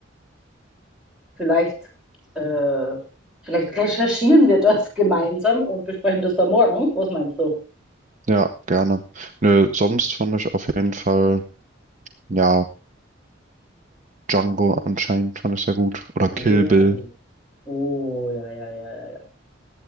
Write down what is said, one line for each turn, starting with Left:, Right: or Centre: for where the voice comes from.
Centre: vielleicht, äh, vielleicht recherchieren wir das <laughs> gemeinsam und besprechen das dann morgen. Was meinst du?
Right: Ja, gerne. Nö, sonst fand ich auf jeden Fall. Ja, Django anscheinend fand ich sehr gut. Oder
Centre: Oh,
Right: Kill Bill.
Centre: oh, ja, ja, ja, ja, ja.